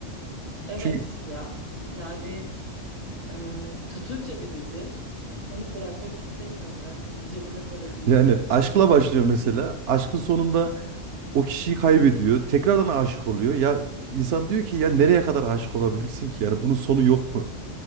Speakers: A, on the right; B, on the right.
A: Evet
B: Çünkü
A: ya yani Ee, tutunca bir dizi onu bırakmak istemiyorlar herkesin cebine para girdiği
B: Yani
A: için.
B: aşkla başlıyor mesela. Aşkın sonunda o kişiyi kaybediyor. Tekrardan aşık oluyor. Ya insan diyor ki ya nereye kadar aşık olabilirsin ki? Yani bunun sonu yok mu?